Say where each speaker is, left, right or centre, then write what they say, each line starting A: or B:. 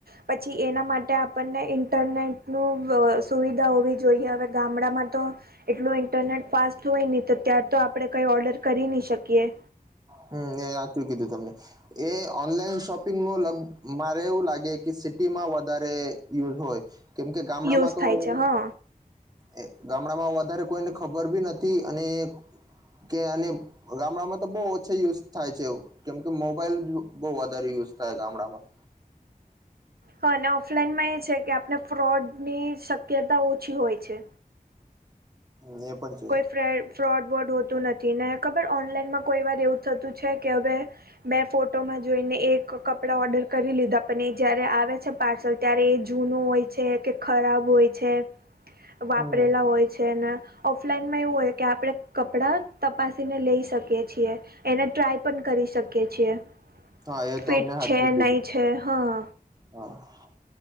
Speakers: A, on the right (about 80°); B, on the right (about 25°).
A: પછી એના માટે આપણને ઇન્ટરનેટનું સુવિધા હોવી જોઈએ, હવે ગામડામાં તો એટલું ઇન્ટરનેટ ફાસ્ટ હોય નહી, તો ત્યાાર તો આપણે કઈ ઓર્ડર કરી નહી શકીએ
B: હમ એ આચું કીધું તમને એ ઓનલાઈન શોપિંગ નગ મારે એવું લાગે કે સિટીમાં વધારે યુઝ હોય. કેમ કે ગામડામાં
A: યુઝ
B: તો
A: થાય
B: એ
A: છે હા
B: એ ગામડામાં વધારે કોઈને ખબર બી નથી, અને કે અને ગામડામાં તો બહ યુઝ થાય છે, કેમ કે મોબાઈલ બહ વધારે યુઝ થાય ગામડામાં
A: હા અને ઓફલાઈનમાં એ છે, કે આપણે ફ્રોડ ની શક્યતા ઓછી હોય છે.
B: હ એ પણ
A: કોઈ ફ ફ્રોડ વર્ડ હોતું નથી ને ખબર ઓનલાઈનમાં કોઈ વાર એવું થતું છે. કે હવે મેં ફોટોમાં જોઈને એક કપડા ઓર્ડર કરી લીધા પણ એ જયારે આવે છે. પાર્સલ ત્યારે એ જૂનું હોય છે, કે ખરાબ હોય છે. વાપરેલા
B: છે
A: હોય છેને. ઓફલાઈનમાં એવું હોય, કે આપણે કપડાં તપાસીને લઈ શકીએ છીએ એને ટ્રાય પણ કરી શકીએ છીએ
B: હા એ
A: ફિટ
B: તો અમને હાચું
A: છે,
B: કીધું
A: નહી. છે હા
B: હા